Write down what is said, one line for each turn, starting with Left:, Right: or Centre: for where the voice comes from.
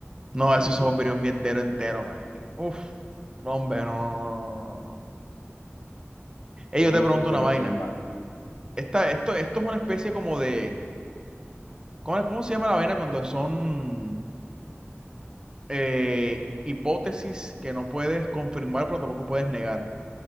Right: No,
Left: sí,
Right: eso
Left: sí.
Right: es un mierdero entero, marica. Uf, no, hombre, no, no, no, no, no. no. Ey, yo
Left: Uf,
Right: te pregunto
Left: pero
Right: una vaina.
Left: chimba.
Right: Esta, esto, esto es una especie como de, ¿cómo, cómo se llama la vaina cuando son eh, hipótesis que no puedes confirmar, pero tampoco puedes negar?